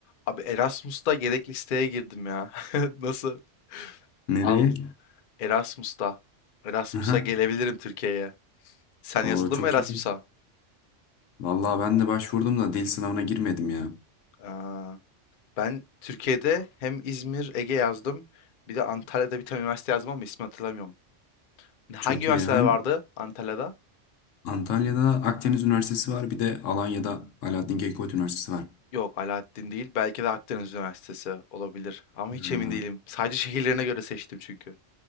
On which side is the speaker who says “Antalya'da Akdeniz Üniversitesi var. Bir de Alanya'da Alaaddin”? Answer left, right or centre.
Left